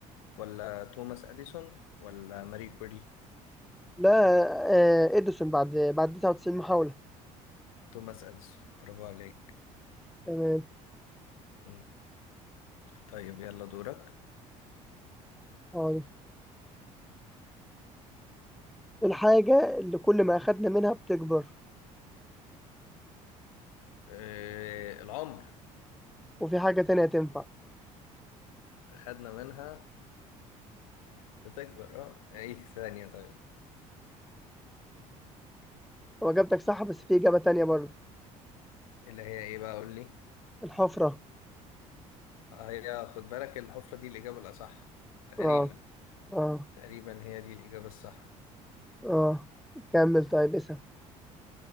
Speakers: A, on the left (about 85°); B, in the centre.
A: ولا توماس أديسون ولا ماري كوري
B: لا آه، إديسون بعد بعد 99 محاولة
A: توماس أديسون برافو عليك
B: تمام
A: مم. طيب يلا دورك
B: خالص الحاجة اللي كل ما أخدنا منها بتكبر
A: آه العمر
B: وفي حاجة تانية تنفع
A: خدنا منها بتكبر اه ايه ثانية طيب
B: هو إجابتك صح بس في إجابة تانية برضه
A: اللي هي ايه بقى قول لي
B: الحفرة
A: هي خد بالك الحفرة دي الإجابة الأصح تقريبا
B: آه آه
A: تقريبا هي دي الإجابة الصح
B: آه كمل طيب اسأل